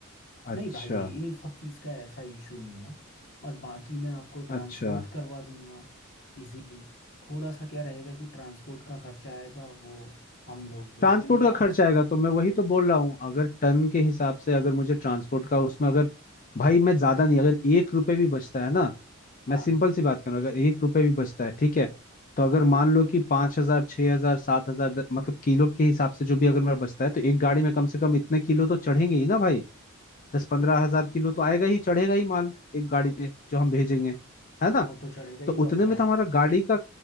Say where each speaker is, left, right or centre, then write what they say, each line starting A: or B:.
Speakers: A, on the left; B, on the left.
A: अच्छा
B: नहीं भाई इन सब चीज़ का ऐसा इशू नहीं है और बाकी मैं आपको ट्रांसपोर्ट
A: अच्छा
B: करवा दूंगा इजीली थोड़ा सा क्या रहेगा कि ट्रांसपोर्ट का खर्चा आएगा वो हम लोग देख
A: ट्रांसपोर्ट
B: लेंगे
A: का खर्च
B: आपस
A: आएगा तो मैं वही तो बोल रहा हूँ अगर टन के हिसाब से अगर मुझे ट्रांसपोर्ट का उसमें अगर भाई मैं ज्यादा नहीं अगर एक रुपए भी बचता है ना मैं
B: हाँ
A: सिंपल सी बात कर रहा हूँ अगर एक रुपए भी बचता है ठीक है तो अगर मान लो कि पांच हजार छह हजार सात हजार मतलब किलो के हिसाब से जो भी अगर मेरा बचता है तो एक गाड़ी में कम से कम इतने किलो तो चढ़ेंगे ही ना भाई दस पंद्रह हजार किलो तो आएगा ही चढ़ेगा ही माल एक गाड़ी पे जो हम भेजेंगे है ना
B: वो तो चढ़ेगा ही
A: तो उतने
B: और क्या
A: में तो हमारा गाड़ी का